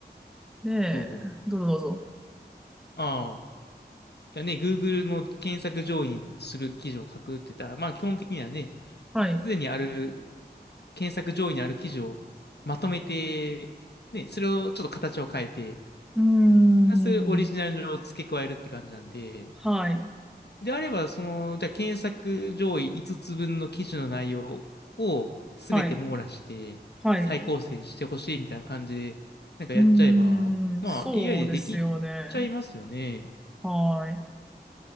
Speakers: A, in the centre; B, on the left.
A: ねえどうぞどうぞ。
B: そう。ああ、いやね、Google の検索上位にする記事を書くって言ったら、まあ基本的にはね、
A: はい。
B: すでにある、検索上位にある記事をまとめて、ね、それをちょっと形を変えて、
A: うーん、
B: プラスオリジナルを付け加えるって感じなんで、
A: はい、
B: であれば、その、じゃあ検索上位5つ分の記事の内容を全て網羅して再構成してほしいみたいな感じで、
A: はい、はい。
B: なんかやっちゃえば、
A: うーん、
B: まあ
A: そうですよね。
B: AI でできちゃいますよね。
A: はい。